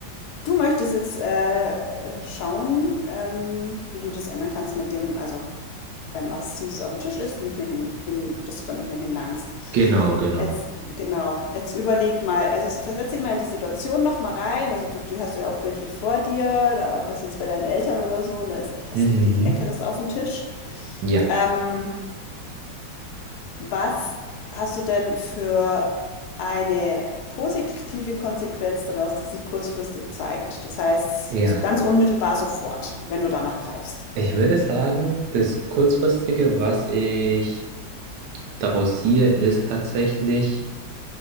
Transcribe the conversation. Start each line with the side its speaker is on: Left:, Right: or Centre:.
Left: du möchtest jetzt äh, schauen, ähm, wie du das ändern kannst mit dem, also wenn was Süßes auf dem Tisch ist, nicht mehr hin, hin, dass du da nicht mehr hinlangst.
Right: Genau, genau.
Left: Jetzt, genau, jetzt überleg mal, also versetz dich mal in die Situation noch mal rein. Also du, du hast du ja auch bildlich vor dir, da bist du jetzt bei deinen Eltern oder so und da ist echt was
Right: Mhm.
Left: richtig Leckeres auf dem Tisch.
Right: Ja.
Left: Ähm, Was hast du denn für eine positive Konsequenz daraus, die sich kurzfristig zeigt? Das heißt,
Right: Ja.
Left: so ganz unmittelbar sofort, wenn du danach greifst.
Right: Ich würde sagen, das Kurzfristige, was ich daraus ziehe, ist tatsächlich